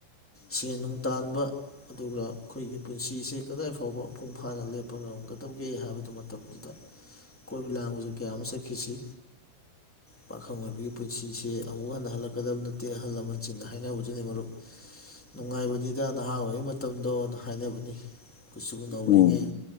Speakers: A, in the centre; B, on the left.
A: ꯁꯦꯟ ꯅꯨꯡ ꯇꯥꯟꯕ ꯑꯗꯨꯒ ꯑꯩꯈꯣꯏꯒꯤ ꯄꯨꯟꯁꯤꯁꯦ ꯀꯗꯥꯏ ꯐꯥꯎꯕ ꯃꯄꯨꯡ ꯐꯥꯅ ꯂꯦꯞꯄ ꯉꯝꯒꯗꯕꯒꯦ ꯍꯥꯏꯕꯗꯨ ꯃꯇꯝꯗꯨꯗ
B: <unintelligible>
A: ꯀꯣꯏ ꯄꯤ ꯂꯥꯒꯖ ꯀ ꯑꯃ ꯁꯦꯈꯈꯤꯁꯤ ꯄꯥꯈꯪ ꯑꯣꯏꯕꯒꯤ ꯄꯨꯟꯁꯤꯁꯦ ꯑꯃꯨꯛ ꯍꯟꯅ ꯍꯜꯂꯛꯄ ꯂꯥꯛꯀꯗꯕ ꯅꯠꯇꯦ ꯑꯍꯜ ꯂꯃꯟꯁꯤꯡꯅ ꯍꯥꯏꯅꯕꯗꯨꯅꯤ ꯃꯔꯨꯞ ꯅꯨꯡꯉꯥꯏꯕꯅꯤꯗ ꯅꯍꯥ ꯑꯣꯏꯔꯤꯉꯩ ꯃꯇꯝꯗꯣꯅ ꯍꯥꯏꯅꯕꯅꯤ ꯀꯨꯠꯁꯨ ꯅꯧꯔꯤꯉꯩ
B: ꯃꯔꯨꯞ ꯎꯝ ꯎꯝ